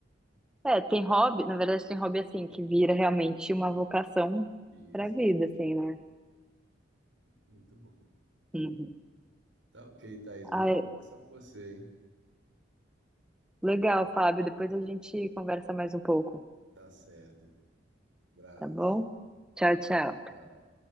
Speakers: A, in the centre; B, on the right.
A: É, tem hobby, na verdade, tem hobby assim, que vira realmente uma vocação
B: Isso,
A: pra vida, assim, né?
B: muito bom.
A: Uhum.
B: Tá ok, Thaís, muito
A: Ai,
B: bom conversar com você, hein?
A: legal, Fábio. Depois a gente conversa mais um pouco,
B: Tá certo. Abraço.
A: tá bom? Tchau, tchau.
B: Tchau.